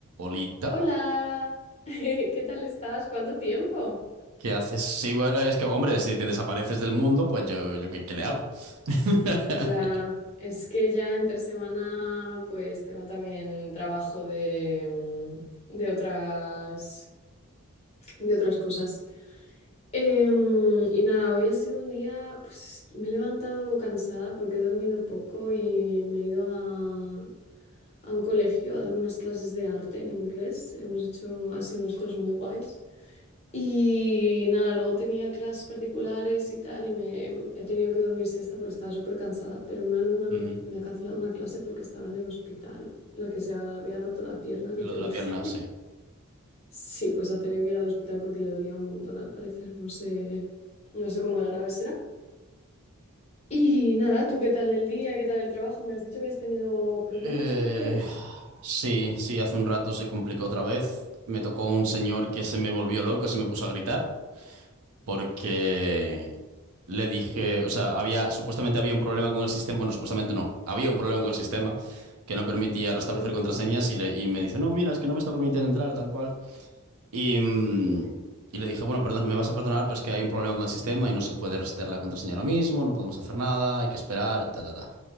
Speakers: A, on the right; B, on the left.
A: Olita,
B: Hola, <laughs> ¿qué tal estás? ¿Cuánto tiempo?
A: ¿qué haces? Sí, bueno, es que, hombre, si te desapareces del mundo, pues yo, yo ¿qué, qué le hago? <laughs>
B: Ya, es que ya entre semana pues tengo también trabajo de, mm, de otras, de otras cosas. Em, y nada, hoy ha sido un día, pues me he levantado cansada porque he dormido poco y me he ido a, a un colegio a dar unas clases de arte en inglés. Hemos hecho así unas cosas muy guays. Y nada, luego tenía clases particulares y tal, y me mm, he tenido que dormir siesta porque estaba súper cansada, pero una alumna me
A: Ujú.
B: ha, me ha cancelado una clase porque estaba en el hospital, la que se había roto la pierna que
A: Lo
B: te
A: de
B: dije.
A: la pierna,
B: <laughs>
A: sí.
B: Sí, pues ha tenido que ir al hospital porque le dolía un montón al parecer, no sé, no sé cómo de grave será. Y nada, ¿tú qué tal el día? ¿Qué tal el trabajo? Me has dicho que has tenido problemas
A: Eh,
B: antes.
A: sí, sí, hace un rato se complicó otra vez. Me tocó un señor que se me volvió loco, se me puso a gritar porque le dije, o sea, había, supuestamente había un problema con el sistema, bueno, supuestamente no, había un problema con el sistema que no permitía restablecer
B: Ujú.
A: contraseñas y, le- y me dice, no, mira, es que no me está permitiendo entrar, tal cual. Y, mm, y le dije, bueno, perdón, me vas a perdonar, pero es que hay un problema con el sistema y no se puede resetear la contraseña ahora mismo, no podemos hacer nada, hay que esperar, ta, ta, ta.